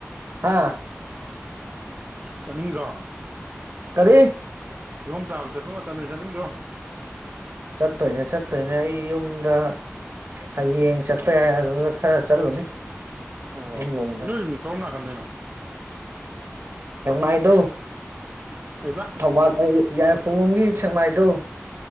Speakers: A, on the right; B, on the right.
A: ꯍꯥꯥ
B: ꯆꯠꯅꯤꯡꯗ꯭ꯔꯣ
A: ꯀꯔꯤ
B: ꯀꯤꯍꯣꯝ ꯆꯥꯕ ꯆꯠꯄ ꯃꯇꯝꯅꯦ ꯆꯠꯅꯤꯡꯗ꯭ꯔꯣ
A: ꯆꯠꯇꯣꯏꯅꯦ ꯆꯠꯇꯣꯏꯅꯦ ꯑꯩ ꯌꯨꯝꯗ ꯍꯌꯦꯡ ꯆꯠꯄ ꯌꯥꯏ ꯑꯗꯨꯗ ꯈꯔ ꯆꯠꯂꯨꯅꯤ
B: ꯑꯣ
A: ꯌꯨꯝꯂꯣꯝꯗ
B: ꯅꯣꯏ ꯌꯨꯝ ꯀꯔꯣꯝ ꯅꯥꯀꯟꯗꯩꯅꯣ
A: ꯁꯦꯛꯃꯥꯏꯗꯣ
B: ꯀꯩꯕꯥ
A: ꯊꯧꯕꯥꯜ ꯑꯩ ꯌꯥꯏ ꯄꯣꯝꯒꯤ ꯁꯦꯡꯃꯥꯏꯗꯨꯣ